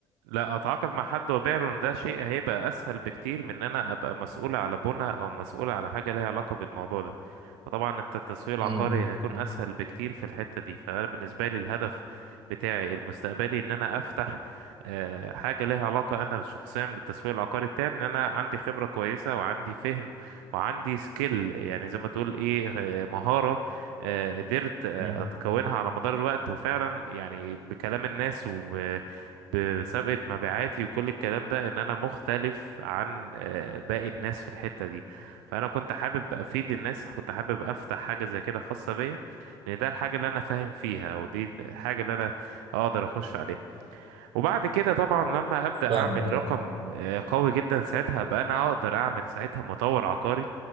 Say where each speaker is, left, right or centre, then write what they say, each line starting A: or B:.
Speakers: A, on the right (about 90°); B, on the right (about 55°).
A: لا اتعاقد مع حد وابيع له ان ده شيء هيبقى اسهل بكتير من ان انا ابقى مسؤول على بنى او مسؤول على حاجه ليها علاقه بالموضوع ده فطبعا انت التسويق العقاري
B: امم
A: هيكون اسهل بكتير في الحته دي فانا بالنسبه لي الهدف بتاعي المستقبلي ان انا افتح آه، حاجه ليها علاقه انا شخصيا بالتسويق العقاري بتاعي ان انا عندي خبره كويسه وعندي فهم وعندي سكيل يعني زي ما تقول ايه آه، مهاره آه، قدرت آه،
B: امم
A: اتكونها على مدار الوقت وفعلا يعني بكلام الناس و بسابقة مبيعاتي وكل الكلام ده ان انا مختلف عن آه، باقي الناس في الحتة دي فانا كنت حابب افيد الناس كنت حابب افتح حاجة زي كده خاصة بيا لان ده الحاجة اللي انا فاهم فيها او دي الحاجة اللي انا اقدر اخش عليها وبعد كده طبعا لما ابدا
B: فاهمك
A: اعمل
B: اه
A: رقم آه، قوي جدا ساعتها بقى انا اقدر اعمل ساعتها مطور عقاري